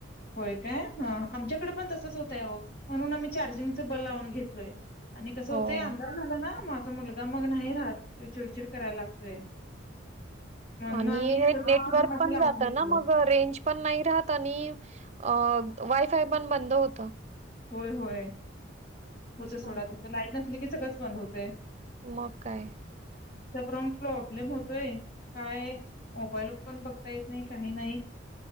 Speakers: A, on the left; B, on the right.
A: होय काय ह आमच्याकडे पण तसच होतय अहो म्हणून आम्ही चार्जिंगच बल लावून घेतलोय आणि कसं होते
B: हो.
A: अंधार झाला ना माग मुलगा मग नाही राहत त चिडचिड करायला लागतोय म्हणून
B: आणि
A: आम्ही
B: हे नेटवर्क पण
A: लावून
B: जात
A: घेतलोय
B: ना मग रेंज पण नाही राहत आणि अ वायफाय पण बंद होतं
A: होय होय होत
B: असं
A: सोडा
B: आहे.
A: तसं लाईट नसली की सगळंच बंद होतय
B: मग काय
A: पण प्रॉब्लेम होतोय काय मोबाईल पण बघता येत नाही काही नाही